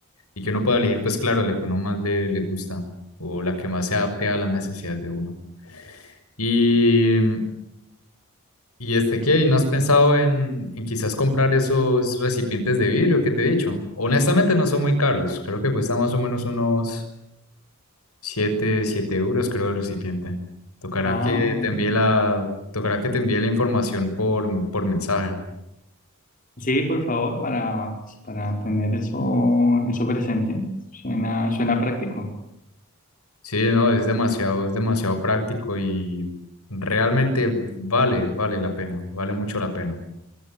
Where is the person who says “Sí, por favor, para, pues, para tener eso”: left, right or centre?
Left